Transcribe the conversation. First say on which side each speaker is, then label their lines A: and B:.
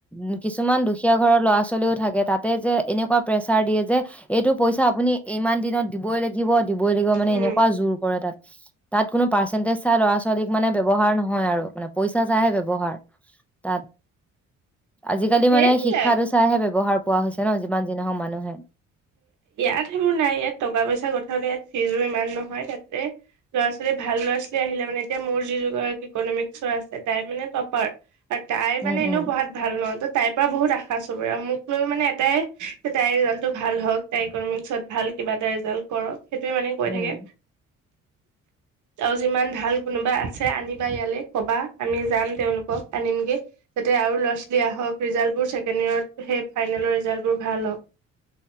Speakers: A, in the centre; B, on the right (about 75°).
A: উ কিছুমান দুখীয়া ঘৰৰ ল'ৰা চলিও থাকে তাতে যে এনেকুৱা প্ৰেচাৰ দিয়ে যে এইটো পইচা আপুনি ইমান দিনত দিব‌ই লাগিব <unintelligible> অধিক
B: উম
A: মানে ব্যৱহাৰ নহয় হয় আৰু মানে পইচা চাইহে ব্যৱহাৰ তাত আজিকালি
B: সেইবিলাক
A: মানে শিক্ষাটো চাইহে ব্যৱহাৰ পোৱা হৈছে ন যিমান যিহঁওক মানুহ হয়
B: ইয়াত সেনো নাই ইয়াত টকা পইচা কথালে ইয়াত ফিজো ইমান নহয় তাতে ল'ৰা ছোৱালী ভাল ল'ৰা ছোৱালী আহিলে মানে এতিয়া মোৰ যি দুগৰাকী ইকনমিক্সৰ আছে তাই মানে টপাৰ তাই
A: উম
B: মানে এনেও
A: উম
B: পঢ়াত ভাল নহ ত তাইৰ পৰা বহুত আশা চবৰে আৰু মোক লৈ মানে এটাই যে তাইৰ ত ভাল হওক তাই ইকমিক্সত ভাল কিবা এটা ৰিজাল্ট কৰক সেইটোৱে মানে কৈ
A: উম
B: থাকে আৰু যিমান ভাল কোনোবা আছে আনিবা ইয়ালে কবা আমি যাম তেওঁলোকক আনিমগে যাতে আৰু ল'ৰা-ছোৱালী আহক ৰিজাল্টবোৰ ছেকেণ্ড ইয়েৰত সেই ফাইনেলৰ ৰিজাল্টবোৰ ভাল হওঁক